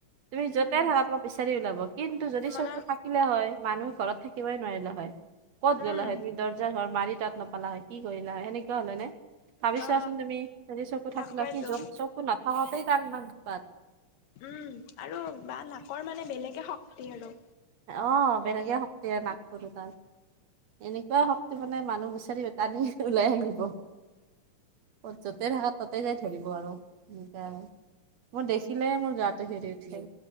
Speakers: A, on the right; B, on the left.
A: তুমি
B: উম
A: য'তে থাকা তোমাক বিচাৰি উলাব কিন্তু যদি
B: মানে
A: চকু থাকিলে হয় মানুহে ঘৰত থাকিবই নোৱাৰিলে হয়, ক'ত
B: উম
A: গ'লা হয় তোমাৰ দৰ নিজৰ <unintelligible> তত নাপালা হয় কি কৰিলা হয়, সেনেকুৱা হ'ল হয় নে ভাবি
B: অ
A: ছোৱা চোন তুমি যদি চকু থাকি
B: তাকেইতো
A: বাকি <unintelligible> চকু নাথাকাতেই তাৰ ইমান উৎপাত।
B: উম আৰু বা নাকৰ মানে বেলেগে শক্তি আৰু।
A: অ' বেলেগে শক্তি নাকতো। <unintelligible> এনেকুৱা শক্তি মানে মানুহ বিচাৰিটানি ওলাই আনিব। <unintelligible> য'তেই থাকক ততেই যাই ধৰিব আৰু এনেকা। মোৰ দেখিলৈ মোৰ গাটো শিয়ৰি উঠে